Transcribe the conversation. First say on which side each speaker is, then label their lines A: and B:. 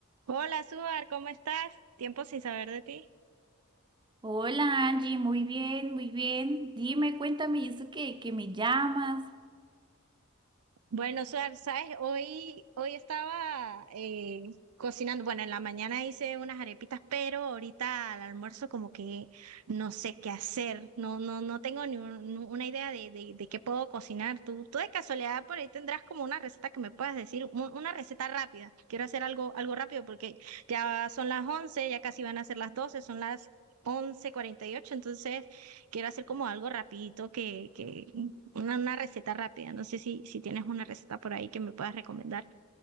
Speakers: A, on the right; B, on the right.
A: Hola, Suar, ¿cómo estás? Tiempo sin saber de ti.
B: Hola Angie, muy bien, muy bien. Dime, cuéntame, ¿y eso que, que me llamas?
A: Bueno, Suar, ¿sabes? Hoy, hoy estaba eh, cocinando. Bueno, en la mañana hice unas arepitas, pero ahorita al almuerzo como que no sé qué hacer. No, no, no tengo ni, un- ni una idea de, de, de qué puedo cocinar. Tú, tú de casualidad por ahí tendrás como una receta que me puedas decir, un- una receta rápida. Quiero hacer algo, algo rápido porque ya son las 11, ya casi van a ser las 12. son las once cuarenta y ocho, entonces quiero hacer como algo rapidito que, que, una, una receta rápida. No sé si, si tienes una receta por ahí que me puedas recomendar.